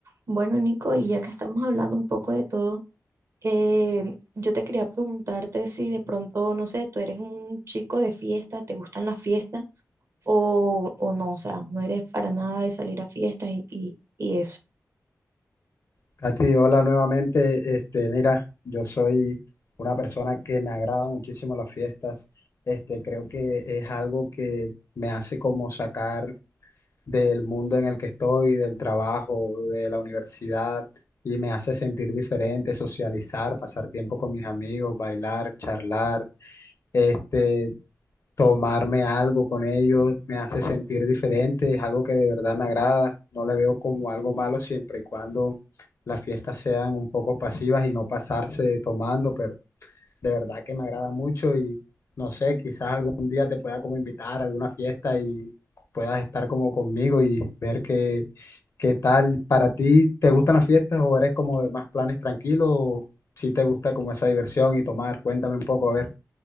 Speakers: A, on the right; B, on the left.
A: Bueno, Nico, y ya que estamos hablando un poco de todo, eh, yo te quería preguntarte si de pronto, no sé, tú eres un chico de fiesta, te gustan las fiestas o, o no, o sea, no eres para nada de salir a fiestas y, y, y eso.
B: Katy, hola nuevamente. Este, mira, yo soy una persona que me agrada muchísimo las fiestas. Este, creo que es algo que me hace como sacar del mundo en el que estoy, del trabajo, de la universidad, y me hace sentir diferente, socializar, pasar tiempo con mis amigos, bailar, charlar. Este, tomarme algo con ellos me hace sentir diferente, es algo que de verdad me agrada, no le veo como algo malo siempre y cuando las fiestas sean un poco pasivas y no pasarse tomando, pero de verdad que me agrada mucho y no sé, quizás algún día te pueda como invitar a alguna fiesta y puedas estar como conmigo y ver qué, qué tal para ti, ¿te gustan las fiestas o eres como de más planes tranquilos o si te gusta como esa diversión y tomar? Cuéntame un poco, a ver.